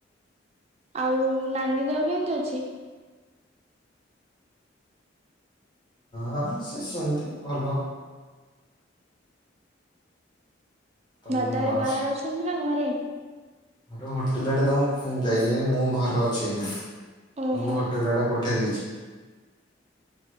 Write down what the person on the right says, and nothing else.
ଆଉ ନାନୀ ଦେହ କେମିତି ଅଛି?
ଦାଦା ଏ
ବାହାରେ ଅଛନ୍ତି ନା ନା ଘରେ?
ଓହୋ